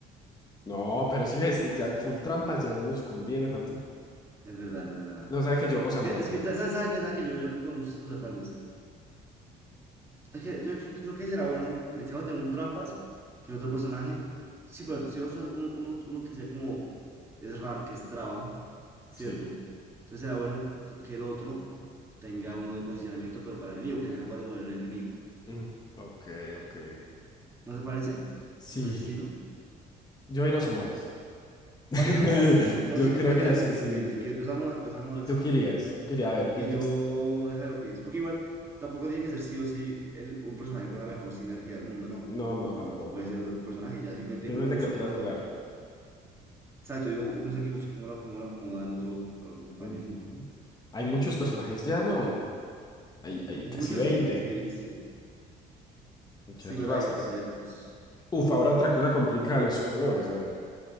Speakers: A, on the left; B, on the right.
A: No, pero si ves, ya full trampas ya no nos conviene tampoco.
B: Es verdad, es verdad.
A: No, sabe que yo, Osamodas
B: Que- Es
A: ya.
B: que, ¿sabes, sabes, qué? ¿Sabes qué? Yo, yo creo que podemos usar tal vez. Es que yo creo que será bueno necesitamos tener un trampas que el otro personaje. Sí, pero si vamos a usar uno, uno, uno que sea como es RAM, que es traba, ¿cierto?
A: Sí.
B: Entonces será bueno que que el otro tenga uno de posicionamiento, pero para el enemigo, que sea capaz de mover el enemigo.
A: Mm, Ok, ok.
B: ¿No te parece?
A: Sí,
B: ¿O ese estilo?
A: yo ir a Osamodas. <laughs>
B: Va a ser Osamu Badista, o sea, No,
A: Yo
B: sí,
A: creo
B: dale,
A: que ya
B: dale.
A: sí
B: Si quieres,
A: decidido.
B: si quieres, si
A: yo-
B: quieres, ves a Modas, ves a Modas.
A: ¿Y tú querías? ¿Tú querías? A ver, piensa
B: Y yo,
A: usted.
B: déjame lo pienso. Porque igual, tampoco tiene que ser sí o sí el- un personaje con la mejor sinergia del mundo, no.
A: No, no, tampoco.
B: Puede ser otro personaje. Ya simplemente
A: Simplemente
B: uno usa
A: que lo quieras
B: como
A: jugar.
B: lo. Exacto, y uno, uno es el que usa como lo, cómo lo acomoda al otro, al otro compañero.
A: Ujú. Hay muchos personajes ya, ¿no? Hay, hay
B: Muchos
A: casi 20.
B: estilos, sí, sí.
A: Muchas
B: Sí, verdad,
A: razas.
B: hay hartos, hay hartos.
A: Uf, ahora otra cosa complicada, los colores, a ver.